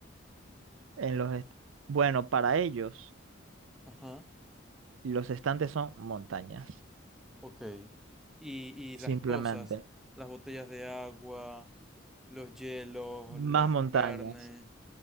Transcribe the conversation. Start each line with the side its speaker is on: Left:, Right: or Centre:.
Right: En los est- Bueno, para ellos,
Centre: Ajá,
Right: los estantes son montañas.
Centre: ok. Y, y las
Right: Simplemente.
Centre: cosas, las botellas de agua, los hielos,
Right: Más
Centre: las
Right: montañas.
Centre: carnes.